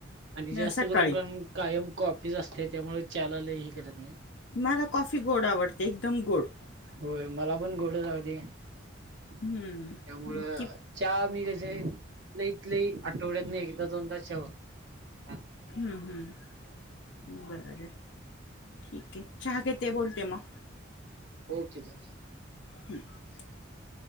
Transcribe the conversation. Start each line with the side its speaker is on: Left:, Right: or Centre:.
Right: आणि जास्त
Left: सकाळी
Right: करून कारण कायम कॉफीच असत्या त्यामुळे च्याला लय हे करत नाहीत
Left: मला कॉफी गोड आवडते एकदम गोड
Right: होय मला पण गोडच आवडत्या कि
Left: हम्म
Right: त्यामुळ
Left: ती
Right: च्या मी लईत- लई आठवड्यात नाही एकदा- दोनदा च्याहूतू
Left: हम्म- हम्म बर बर ठीक आहे चहा घेते बोलते मग
Right: ओके चल
Left: हम <unintelligible>